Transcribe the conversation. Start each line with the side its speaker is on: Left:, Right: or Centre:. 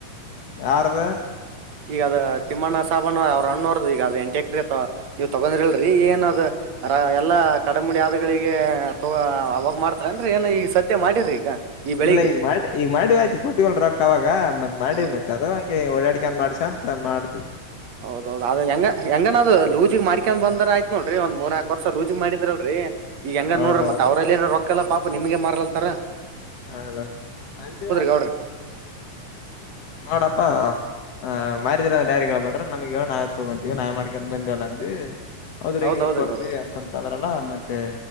Left: ಯಾರ್ದ
Right: ಈಗ ಅದ ತಿಮ್ಮಣ್ಣ ಸಾಬಾನು ಅವ್ರ ಅಣ್ಣೋರದ ಈಗ ಅದ್ ಎಂಟ ಎಕ್ರರೇ ನೀವ್ ತಗೊಂಡ್ರಿ ಅಲ್ರರಿ ಏನ ಅದ ಎಲ್ಲಾ ಕಡಮುಡಿ ಆದಾದಗಳಿಗೆ ತೋ ಅವಾಗ ಮಾಡ್ತಾರರಿನ್ರಿ ಏನ ಈಗ ಸದ್ಯಮಾಡಿರಿ ಈಗ ಈ ಬೆಳಿಗ್
Left: ಎಲ್ಲ ಈಗ ಮಾಡಿ ಈಗ ಮಾಡಿವವಿ ಆಯ್ತು ಕೊಟ್ಟಿಲ್ ರೊಕ್ಕ ಅವಾಗ ಮತ್ ಮಾಡ
Right: ಹೌದ್
Left: ಮತ್ ಅದ ಹಂಗೆ ಓಡಾಡಿಕನ್ ಮಾಡ್ಸ ಅಂತ ಮಾಡ್ತವಿ
Right: ಹೌದೌದದು ಅದ ಹೆಂಗ ಹೆಂಗನದು ಲೂಜಿಗ್ ಮಾಡಿಕೊಂಡಿ ಬಂದಾರ ಆಯ್ತು ನೋಡ್ರಿ ಒಂದ ಮೂನಾಕ್ ವರ್ಷ ಲೂಚಿಗೆ ಮಾಡಿದ್ರಲ್ರರಿ ಈಗ ಹೆಂಗ
Left: ಹೌದೌದು
Right: ನೋಡ್ರಿ ಮತ್ತತ್ ಅವ್ರಲ್ಲ ಏ ರೊಕಲ್ಲ ಪಾಪ ನಿಮಗೆ ಮಾರ್ಲ್ತಾರ
Left: ಹದಂಗ
Right: ಗೌಡ್ರಿ
Left: ನೋಡಪ್ಪ ಹ್ ಮಾರಿದಿರ ಅ ಡಾರಿಗಳು ಬಡ್ರ ನಮ್ಗೆ ನಾವ್ ತಗೊಂತೀವಿ ನಾವ್ ಮಾಡ್ಕಂತ ಬಂದವಲ್ಲ ಅಂದ ಹೌದ್ರ
Right: ಹೌದ್
Left: ಹೆಂಗ ಹೆಂಗ
Right: ಹೌದ್ರಿ
Left: ಕೊಡದ್ವಿ
Right: ಗೌಡ್ರಿ
Left: ಅಂತಂತ ಅಂದ್ರಲ್ಲ ಮತ್ತೆ